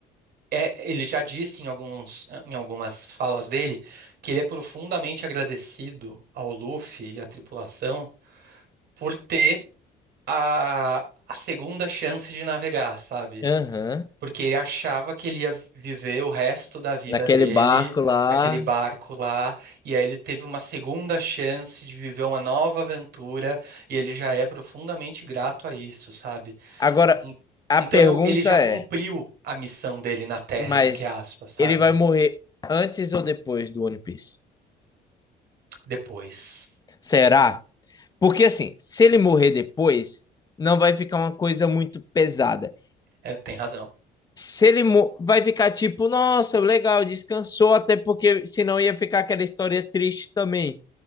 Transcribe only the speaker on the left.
Aham.
Naquele
barco lá.
Agora,
a
pergunta
é,
mas
ele vai morrer antes ou depois do One Piece?
Será? Porque assim, se ele morrer depois, não vai ficar uma coisa muito pesada.
se ele vai ficar tipo, nossa, legal, descansou, até porque senão ia ficar aquela história triste também.